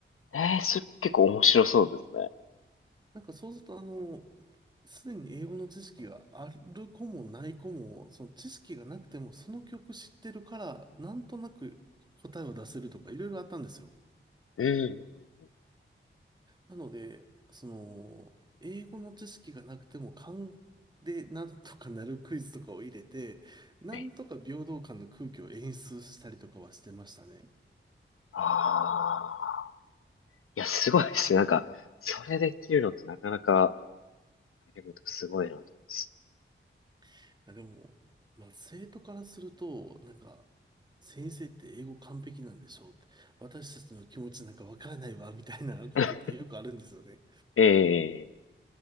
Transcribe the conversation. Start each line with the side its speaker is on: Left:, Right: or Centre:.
Left: ええそれ結構面白そうですね。
Right: なんかそうするとあの、すでに英語の知識がある子もない子も、その知識がなくてもその曲知ってるから、なんとなく答えを出せるとかいろいろあったんですよ。
Left: うんうんうん。
Right: なので、その、英語の知識がなくても勘でなんとかなるクイズとかを入れて、なんとか平等感の空気を演出したりとかはしてましたね。
Left: ええ、ああ、いや、すごいですね。なんか、それできるのってなかなか、レベルとかすごいなと思います。
Right: いや、でも、まあ、生徒からすると、なんか、先生って英語完璧なんでしょうって、私たちの気持ちなんかわからないわ、みたいなことってよくあるんですよね。
Left: <laughs> ええ、